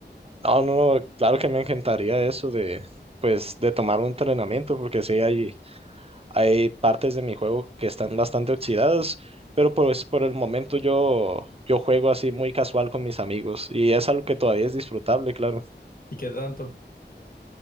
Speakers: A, on the right; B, on the left.
A: No, no, no, claro que me encantaría eso de, pues, de tomar un entrenamiento, porque sí hay Hay partes de mi juego que están bastante oxidadas, pero pues por el momento yo, yo juego así muy casual con mis amigos y es algo que todavía es disfrutable, claro.
B: ¿Y qué tanto?